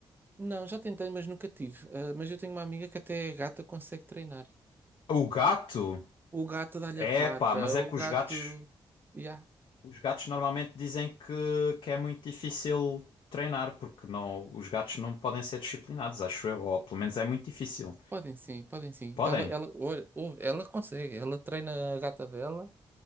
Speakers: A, on the right (about 20°); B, on the left (about 70°).
A: Não, já tentei, mas nunca tive. Ah, mas eu tenho uma amiga que até a gata consegue treinar.
B: O gato?
A: O gato dá-lhe
B: É
A: a pata,
B: pá, mas é
A: o
B: que
A: gato.
B: os gatos,
A: Ya,
B: os gatos normalmente dizem que, que é muito difícil treinar, porque não, os gatos não podem ser disciplinados, acho eu, ou pelo menos é muito difícil.
A: Podem sim, podem sim.
B: Podem?
A: Ela, ela, olha, ouve, ela consegue, ela treina a gata dela